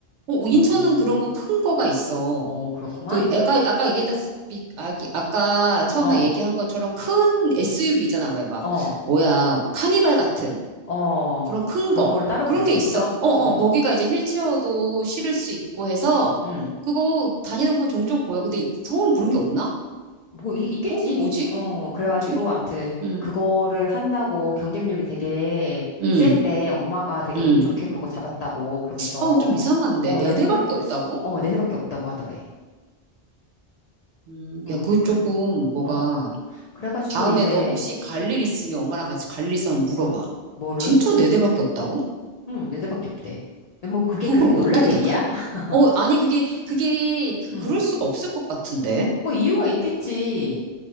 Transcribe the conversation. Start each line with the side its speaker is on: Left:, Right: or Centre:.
Right: 어, 인천은
Left: 어,
Right: 그런 거 큰 거가 있어.
Left: 어, 그렇구만.
Right: 그 애가, 아까 얘기했다시피, 아기, 아까 처음에
Left: 어,
Right: 얘기한 것처럼 큰 SUV 있잖아. 왜 막,
Left: 어,
Right: 뭐야, 카니발 같은
Left: 어.
Right: 그런 큰
Left: 그런
Right: 거.
Left: 거를 따로
Right: 그런
Left: 부를 수
Right: 게 있어.
Left: 있어?
Right: 어, 어,
Left: 응,
Right: 거기가 이제 휠체어도 실을 수 있고 해서
Left: 응.
Right: 그거 다니다 보면 종종 보여. 근데 이- 서울은 그런 게 없나?
Left: 뭐 이- 있겠지.
Right: 어, 뭐지?
Left: 어,
Right: 어,
Left: 그래가지고
Right: 뭐지?
Left: 암튼
Right: 응,
Left: 그거를 한다고 경쟁률이 되게
Right: 응,
Left: 센데 엄마가 되게
Right: 응.
Left: 운 좋게 그거 잡았다고 그러면서
Right: 어, 좀 이상한데.
Left: 어,
Right: 네
Left: 나는
Right: 대밖에
Left: 별,
Right: 없다고?
Left: 어, 네 대밖에 없다고 하더래.
Right: 음,
Left: 응,
Right: 야, 그 조금
Left: 그래.
Right: 뭐가
Left: 어, 그래가지고
Right: 다음에
Left: 이제
Right: 너 혹시 갈 일 있으면 엄마랑 같이 갈 일 있으면 물어봐.
Left: 어, 뭐를?
Right: 진짜 네 대밖에 없다고?
Left: 응, 네 대밖에 없대. 네, 뭐 그게
Right: 그걸
Left: 그렇게
Right: 어떻게
Left: 놀랄 일이야?
Right: 다 가?
Left: <laughs>
Right: 어, 아니 그게 그게 그
Left: 응.
Right: 그럴 수가 없을 것 같은데.
Left: 뭐 이유가 있겠지.